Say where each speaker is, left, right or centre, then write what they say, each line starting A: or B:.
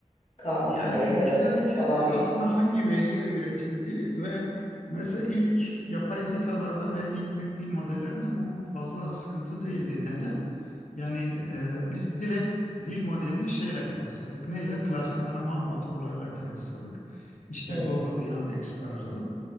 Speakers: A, on the left (about 60°); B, on the left (about 85°).
A: Kanunlar,
B: Yani
A: regülasyonlar
B: ülkeden ülkeye
A: falan
B: değil
A: bir.
B: aslında hangi veriyle üretildiği ve mesela ilk yapay zekalarda ve ilk büyük dil modellerinde bu fazla sıkıntı değildi. Neden? Yani e, biz direkt dil modelini şeyle kıyasladık. Neyle? Klasik arama motorlarıyla kıyasladık. İşte
A: Hmm,
B: Google, Yandex tarzı.